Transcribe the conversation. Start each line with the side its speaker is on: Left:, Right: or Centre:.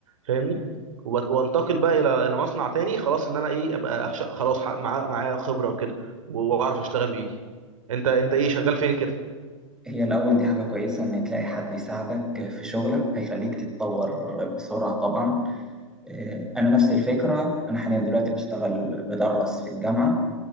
Right: فاهمني وبت- وانتقل بقى الى الى مصنع تاني خلاص ان انا ايه ابقى ش- خلاص ح- معا- معايا خبره وكده و- واعرف اشتغل بايدي انت انت ايه شغال فين كده
Centre: هي الأول دي حاجة كويسة إن تلاقي حد يساعدك في شغلك هيخليك تتطور بسرعة طبعا آه، أنا نفس الفكرة أنا حاليا دلوقتي بشتغل بدرس في الجامعة